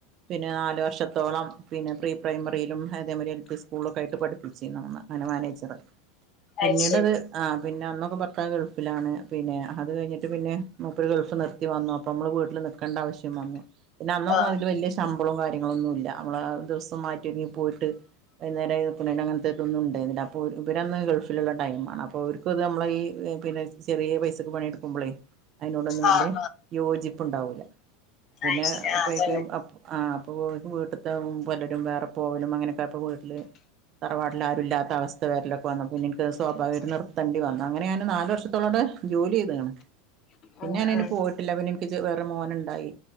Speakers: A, on the right; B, on the left.
A: പിന്നെ നാല് വർഷത്തോളം പിന്നെ പ്രീ പ്രൈമറിയിലും അതേ മതിരി എൽ പി സ്കൂളൊക്കെ ആയിട്ട് പഠിപ്പിച്ചിന്നന്ന് അങനെ മാനേജ് പിന്നീട
B: അയ്ശരി
A: അത് ആ പിന്നെ അന്നൊക്കെ ഭർത്ത ഗൾഫിലാണ് പിന്നെ അത് കഴിഞ്ഞിട്ട് പിന്നെ മൂപ്പര് ഗൾഫ് നിർത്തി വന്നു അപ്പൊ നമ്മള് വീട്ടിൽ നിക്കേണ്ട ആവശ്യം വന്നു പിന്നെ അന്നൊന്നന്ന്
B: ആഹ്
A: അതില് വലിയഷ് ശമ്പളവും കാര്യങ്ങളൊന്നുമില്ല നമ്മള ദിവസം മാറ്റിയൊരുങ്ങി പോയിട്ട് വൈന്നേരം അങ്ങനെ അന്നും ഉണ്ടായിന്നില്ല അപ്പോൾ ഇവരൊന്ന് ഗൾഫിലുള്ളടൈമാണ് അപ്പോൾ അപ്പ അവർക്കും അത് നമ്മള പിന്നെ ചെറിയ പൈസക്ക് പണിയെടുക്കുമ്പോളേ അതിനോടൊന്നും വല്യ
B: ആഹ് ആഹ്
A: യോജിപ്പുണ്ടാവൂല്ല പിന്നെ
B: അയ്ശരി
A: അപ്പക്കെയ
B: ആഹ് അതാണ്
A: ആഹ് അപ്പൊ വീട്ടത്തെ പലരും വേറെ പോവലും അങ്ങനെയൊക്കെ അപ്പൊ വീട്ടില് തറവാട്ടില ആരുല്ലാത്ത അവസ്ഥ ലക്കെ വന്ന പിന്നെ എനിക്ക് സ്വാഭാവിക ഒരു നിർത്തണ്ടി വന്ന അങ്ങന ഞാന് നാല് വർഷത്തോടെ ജോലി ചെയ്തണ് പിന്നെ
B: ആഹ്
A: അതിനു
B: ആഹ്
A: പോയിട്ടില്ല പിന്ന എനിക്ക് വേറെ മോനുണ്ടായി